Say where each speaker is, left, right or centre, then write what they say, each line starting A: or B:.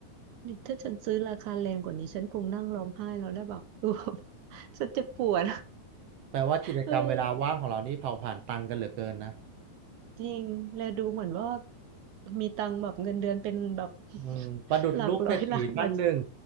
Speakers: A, on the right (about 65°); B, on the right (about 80°).
A: ถ้าฉันซื้อราคาแรงกว่านี้ ฉันคงนั่งร้องไห้แล้วแล้วแบบ <laughs> เออฉันเจ็บปวด
B: แปลว่ากิจกรรมเวลาว่างของเรานี่เผาผ่านตังค์กันเหลือเกินนะ
A: เออ จริง และดูเหมือนว่ามีตังค์แบบเงินเดือนเป็นแบบ <laughs>
B: อืมประดุจลูกเศรษฐีท่านหนึ่ง
A: หลักร้อยล้านหลัก